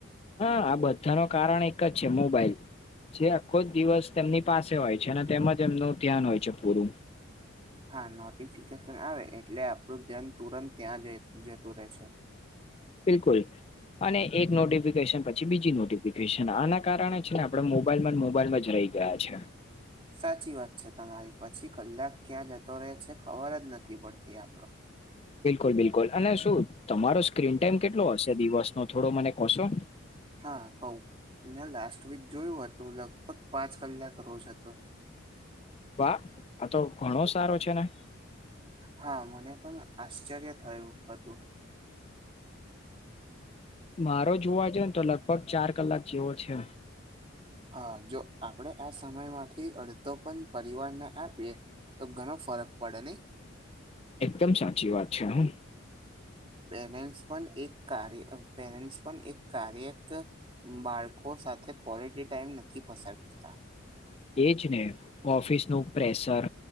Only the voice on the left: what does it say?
હા. આ બધા નો કારણ એક જ છે મોબાઈલ. જે આખો જ દિવસ તેમની પાસે હોય છે, અને તેમાં જ એમનું ધ્યાન હોય છે પૂરું.
બિલકુલ. અને એક નોટિફિકેશન પછી બીજી નોટિફિકેશન. આના કારણે છે ને આપણે મોબ બાઈલ માંન મોબાઈલમાં જ રહી ગયા છે.
બિલકુલ-બિલકુલ. અને શું તમારો સ્ક્રીન ટાઈમ કેટલો હશે દિવસનો? થોડો મને કહશો?
વાહ! આ તો ઘણો સારો છે ને.
મારો જોવા જાન તો લગભગ ચાર કલાક જેવો છે.
એકદમ સાચી વાત છે હ.
એજ ને. ઓફિસ નું પ્રેશર